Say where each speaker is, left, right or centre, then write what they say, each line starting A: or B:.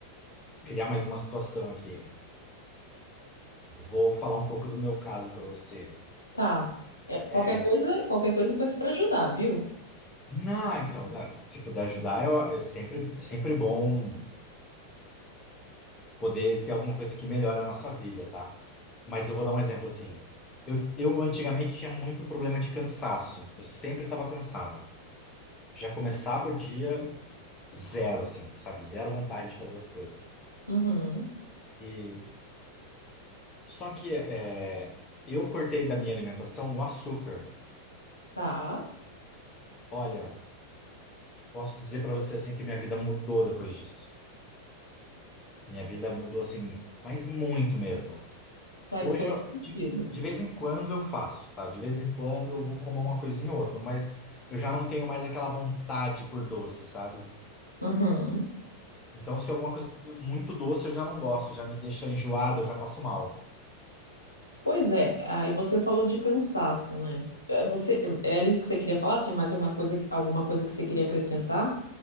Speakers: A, on the left; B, on the left.
A: criar mais uma situação aqui, vou falar um pouco do meu caso para você.
B: Tá. É,
A: Eh,
B: qualquer coisa, qualquer coisa eu tô aqui para ajudar, viu?
A: Não, então, ah, se puder ajudar, eu, é sempre, é sempre bom. poder ter alguma coisa que melhore a nossa vida, tá? Mas eu vou dar um exemplo assim. Eu, eu antigamente tinha muito problema de cansaço. Eu sempre estava cansado. Já começava o dia zero, assim, sabe? Zero vontade de fazer as coisas.
B: Uhum.
A: E só que é, eu cortei da minha alimentação o açúcar.
B: Tá.
A: Olha, posso dizer para você assim que minha vida mudou depois disso. Minha vida mudou assim, mas muito mesmo.
B: Faz
A: Hoje,
B: todo
A: eu-
B: sentido.
A: de, de vez em quando eu faço, tá? De vez em quando eu vou comer uma coisinha ou outra, mas eu já não tenho mais aquela vontade por doce, sabe?
B: Uhum.
A: Então, se alguma coisa é muito doce, eu já não gosto, já me deixa enjoado, eu já passo mal.
B: Pois é, aí você falou de cansaço, né? Eh, Você, era isso que você queria falar? Tinha mais alguma coisa, alguma coisa que você queria acrescentar?